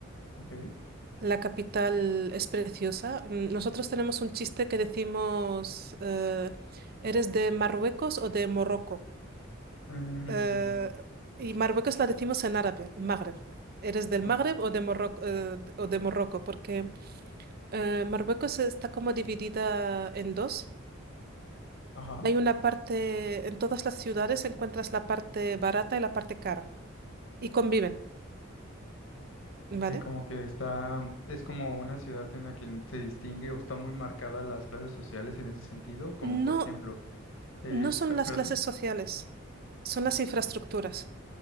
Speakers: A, on the left (about 70°); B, on the right (about 50°).
A: ok.
B: La capital es preciosa. Mm, Nosotros tenemos un chiste que decimos, eh, ¿eres de Marruecos o de Morroco?
A: Mm,
B: Eh,
A: <laughs>
B: y Marruecos la decimos en árabe, el Magreb. ¿Eres del
A: ujú,
B: Magreb o de Morroco, eh, o de Morroco? Porque eh, Marruecos está como dividida en dos.
A: Ajá.
B: Hay una parte, en todas las ciudades encuentras la parte barata y la parte cara y conviven. ¿vale?
A: Ok, como que está, es como una ciudad en la que se distingue o está muy marcada las clases sociales en ese sentido, como
B: No,
A: por ejemplo, eh,
B: no son
A: per-
B: las
A: perdón.
B: clases sociales, son las infraestructuras.